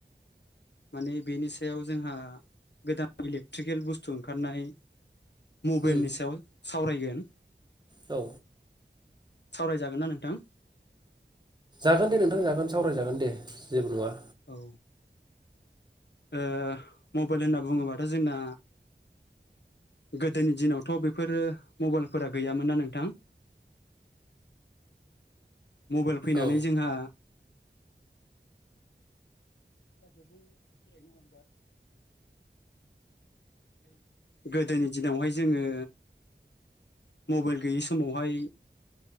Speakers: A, on the left; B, on the right.
A: माने बेनि सायाव जोंहा गोदान इलेक्ट्रिकेल बुस्थु ओंखारनाय। मबाइलनि
B: उम
A: सायाव। सावरायगोन।
B: औ।
A: सावरायजागोन ना नोंथां।
B: जागोन दे नोंथां जागोन सावरायजागोन दे जेबो नङा।
A: औ। ओ मबाइल होनना बुङोबाथ' जोंना गोदोनि दिनाव थ' बेफोरो मबाइल फोरा गैयामोन ना नोंथां मबाइल फैनानै
B: औ
A: जोंहा <unintelligible> सोलायनो हमबाय गोदोनि दिनावहाय जोंङो मबाइल गैयि समावहाय